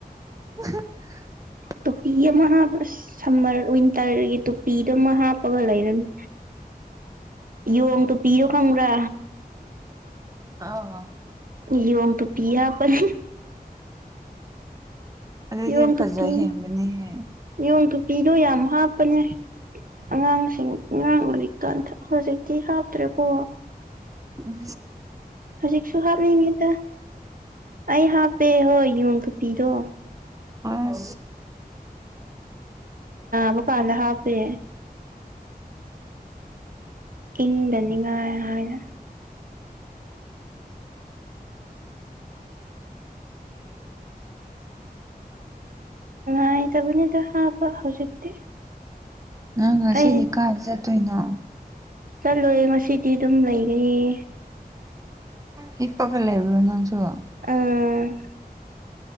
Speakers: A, on the right; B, on the right.
A: <inaudible>
B: ꯇ ꯄꯤ ꯑ ꯃꯍꯥꯕꯁ ꯁꯝꯃꯔ ꯋꯤꯟꯇꯔꯒꯤ ꯇꯨꯄꯤꯗꯨꯃ ꯍꯥꯞꯄꯒ ꯂꯩꯔꯅꯤ ꯌꯣꯡ ꯇꯣ ꯄꯤꯔꯣ ꯈꯪ꯭ꯔꯥ
A: ꯑꯥ
B: ꯌꯣꯝ ꯇ ꯄꯤꯌꯥ ꯄꯅꯤ
A: ꯑꯗꯨꯗꯤ
B: ꯏꯣꯡ
A: ꯐꯖ
B: ꯀꯨꯄꯤ
A: ꯍꯦꯟꯕꯅꯦꯍꯦ
B: ꯌꯣꯡ ꯀꯨꯄꯤꯗꯣ ꯌꯥꯝ ꯍꯥꯞꯄꯅꯦ ꯑꯉꯥꯡꯁꯤꯡ ꯑꯉꯥꯡ ꯎꯔꯤꯛꯇꯥꯟ ꯍꯧꯖꯤꯛꯇꯤ ꯍꯥꯞꯇ꯭ꯔꯦꯀꯣ
A: ꯎ
B: ꯍꯧꯖꯤꯛꯁꯨꯨꯍ ꯃꯤꯇ ꯑ ꯍꯥ ꯄꯦ ꯍ ꯌꯨꯟ ꯇꯨ ꯄꯤꯗꯣ
A: ꯑ
B: ꯕꯨ ꯀꯥꯟꯗ ꯍꯥꯞ ꯄꯦ ꯏꯪꯗꯅꯤꯡꯉꯥꯏ ꯍꯥꯏꯅ
A: ꯃ
B: ꯥꯏ ꯇ ꯅꯤꯗ ꯑꯕ ꯍꯧ ꯆꯦ
A: ꯅꯪ ꯉꯁꯤꯗꯤ
B: ꯑꯩ
A: ꯀꯥꯏꯗ ꯆꯠꯇꯣꯏꯅꯣ
B: ꯆꯠꯂꯣꯏꯦ ꯉꯁꯤꯗꯤ ꯑꯗꯨꯝ ꯂꯩꯒꯅꯤ
A: ꯍꯄ ꯐ ꯂꯩꯕ ꯅꯪꯁꯨꯣ
B: ꯎꯝ